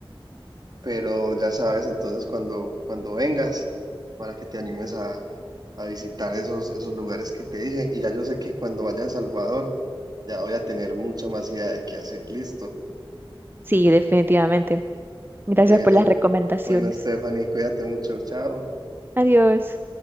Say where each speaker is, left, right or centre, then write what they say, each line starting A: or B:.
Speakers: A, on the right; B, on the right.
A: pero ya sabes, entonces cuando, cuando vengas, para que te animes a, a visitar esos, esos lugares que te dije, y ya yo sé que cuando vaya a El Salvador, ya voy a tener mucha más idea de qué hacer, listo.
B: Sí, definitivamente. Gracias
A: Bueno,
B: por las recomendaciones.
A: bueno, Stephanie, cuídate mucho, chao.
B: Adiós.